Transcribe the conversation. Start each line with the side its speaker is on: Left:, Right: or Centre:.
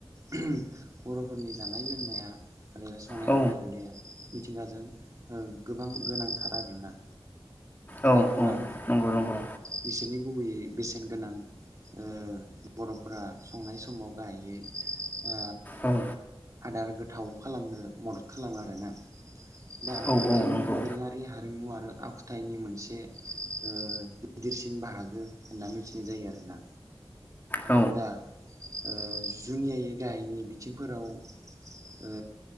Right: बर'फोरनि जानाय लोंनाया आरो संनाय
Left: औ
Right: खावनाय हुदाया मिथिंगाजों गोबां गोनांथार आरो ना
Left: औ
Right: दा गोबां
Left: औ नंगौ नंगौ
Right: बिसोरनि गुबैयै बेसेन गोनां ओ बर'फोरा संनाय समाव गाहायै ओ
Left: औ
Right: आदार गो थाव खालामनो मदद खालामो आरो ना दा
Left: औ
Right: बिथांमोननि
Left: औ नंगौ
Right: दोरोङारि हारिमु आरो आखुथाइनि मोनसे ओ गिदिरसिन बाहागो होनना मिथिनाय जायो आरो ना
Left: औ
Right: दा ओ जुनियायै गाहायनि बिथिंफोराव ओ